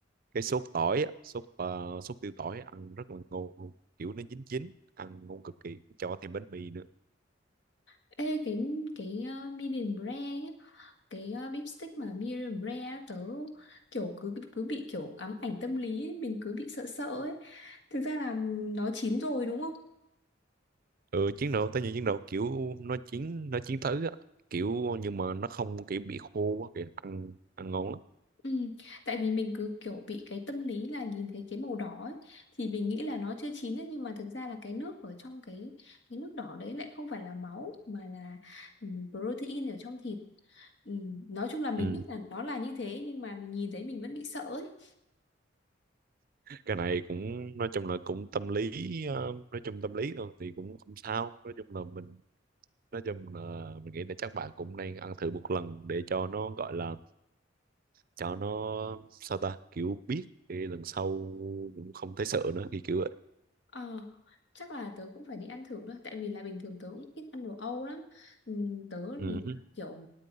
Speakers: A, on the right; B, on the left.
A: cái sốt tỏi á, sốt ờ, sốt tiêu tỏi ăn rất là ngon luôn. kiểu nó chín chín ăn ngon cực kỳ cho thêm bánh mì nữa
B: Ê, cái cái uh, medium rare nhá, cái uh, beef stick mà medium rare á, tớ kiểu cứ cứ bị kiểu ám ảnh tâm lý ấy, mình cứ bị sợ sợ ấy. Thực ra là nó chín rồi đúng không?
A: ừ, chiến đấu tới những chiến đấu kiểu nó chiến nó chiến tới á kiểu nhưng mà nó không kiểu bị khô quá kìa ăn ăn ngon lắm
B: Ừ, tại vì mình cứ kiểu bị cái tâm lý là nhìn thấy cái màu đỏ ấy, thì mình nghĩ là nó chưa chín ấy, nhưng mà thực ra là cái nước ở trong cái cái nước đỏ đấy lại không phải là máu mà là ừ, protein ở trong thịt. Ừ, nói chung là mình
A: ừ.
B: biết là nó là như thế nhưng mà mình nhìn thấy mình vẫn bị sợ ấy.
A: cái này cũng nói chung là cũng tâm lý ờ, nói chung tâm lý thôi thì cũng không sao nói chung là mình nói chung là mình nghĩ là chắc bạn cũng nên ăn thử một lần để cho nó gọi là cho nó sao ta kiểu biết thì lần sau cũng không thấy sợ nữa thì kiểu vậy
B: Ờ, chắc là tớ cũng phải đi ăn thử thôi tại vì là bình thường tớ cũng ít ăn đồ Âu lắm Ừm, tớ
A: ừ,
B: thì
A: hứ,
B: là kiểu